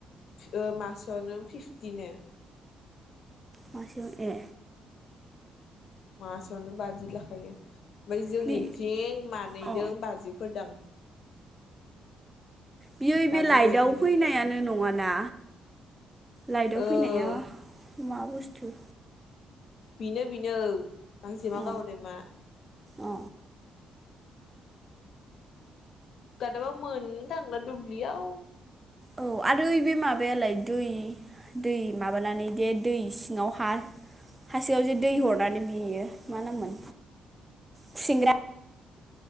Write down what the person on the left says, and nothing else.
ओ मासेयावनो फिफ्टिनो
मासेयावनो बाजि लाखायो। ओमफाय जोंनिथिं
मानैदों
बाजिफोर दाम
बाजि
द'जि बिदि
आरो।
औ
बिनो नो गांजेमा
गावरेमा।
दानाबा मोननो थांला दुब्लियाव।